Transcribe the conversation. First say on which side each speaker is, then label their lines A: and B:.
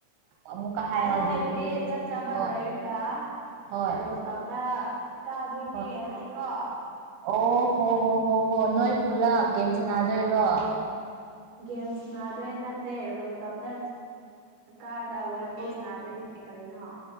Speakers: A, on the right; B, on the right.
A: ꯑꯃꯨꯛꯀ ꯍꯥꯏꯌꯣ
B: ꯑꯗ
A: ꯑꯗꯨꯗꯤ
B: ꯍꯥꯏꯕꯗꯤ ꯆꯥꯛ ꯆꯥꯕ
A: ꯍꯣꯏ
B: ꯂꯣꯏꯔꯦꯒ
A: ꯍꯣꯏ
B: ꯔꯣꯐꯇꯣꯞꯇ ꯀꯥꯗꯣꯏꯅꯦ
A: ꯍꯣꯏ
B: ꯍꯥꯏꯌꯦꯀꯣ
A: ꯑꯣ ꯍꯣ ꯍꯣ ꯍꯣ ꯍꯣ ꯅꯣꯏ ꯄꯨꯂꯞ ꯒꯦꯝ ꯁꯥꯟꯅꯥꯗꯣꯏꯔꯣ
B: ꯒꯦꯝꯁ ꯅꯥꯗꯣꯏ ꯅꯠꯇꯦ ꯔꯣꯞꯇꯣꯞꯇ ꯀꯥꯔꯒ ꯋꯥꯔꯤ ꯅꯥꯗꯣꯏꯅꯦ ꯀꯔꯤꯅꯣ